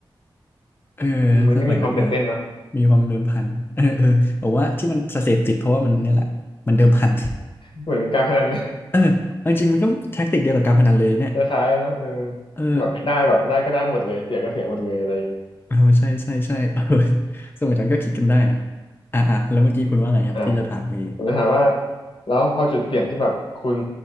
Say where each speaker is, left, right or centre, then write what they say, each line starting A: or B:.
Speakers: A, on the left; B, on the left.
A: เออ
B: อืมมันก็มีความตื่นเต้นนะ
A: สมัยนั้นก็มีความเดิมพันเออเออบอกว่าที่มันเสพติดเพราะว่ามันเนี่ยแหละมันเดิมพัน
B: เหมือนเป็นการพนันนะ <laughs>
A: <laughs> เออจริงๆมันก็แท็กติกเดียวกับการพนันเลยเนี่ย
B: คล้ายๆนะเออ
A: เออ
B: แบบได้แบบได้ก็ได้หมดเลยเสียก็เสียหมดเลยอะไร
A: เออใช่ใช่ใช่ <laughs> เออสมัยนั้นก็คิดกันได้นะอ่ะอ่ะแล้วเมื่อกี้คุณว่าอะไรครับที่จะถามเมื่อกี้
B: อ่าผมจะถามว่าแล้วพอจุดเปลี่ยนที่แบบคุณ